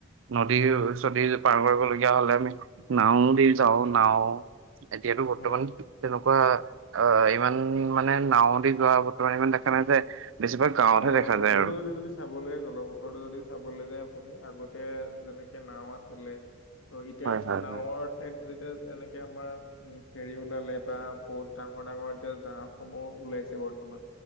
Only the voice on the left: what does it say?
হয়
অ',
সেইটোতো
যদি যদি চাবলীয়া জলপথৰটো, যদি চাবলে যায় আপুনি আগতে যেনেকে নাওঁ আছিলে ত এতিয়া
নাৱৰ
ঠাইত এতিয়া এনেকে আমাৰ উম ফেৰি ওলালে বা বহুত ডাঙৰ- ডাঙৰ এতিয়া জাহাজসমূহ ওলাইছে বৰ্তমান,